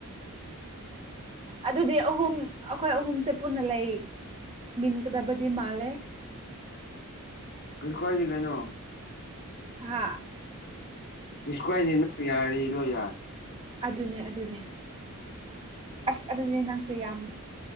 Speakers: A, on the right; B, on the left.
A: ꯑꯗꯨꯗꯤ ꯑꯍꯨꯝ ꯑꯩꯈꯣꯏ ꯑꯍꯨꯝꯁꯦ ꯄꯨꯟꯅ ꯂꯩ ꯃꯤꯤꯟ ꯀꯗꯕꯗꯤ ꯃꯥꯂꯦ
B: ꯀꯩꯁꯨ ꯀꯁꯤꯦ ꯀꯩꯅꯣ
A: ꯍꯥꯥ
B: ꯄꯤꯁꯀꯋꯥꯥꯏꯅꯤ ꯅ ꯌꯥꯔꯤ ꯂꯣ ꯌꯥꯗ
A: ꯑꯗꯨꯅꯦ ꯑꯗꯨꯅꯦ ꯑꯁ ꯑꯗꯨꯗꯤ ꯅꯪꯁꯦ ꯌꯥꯝ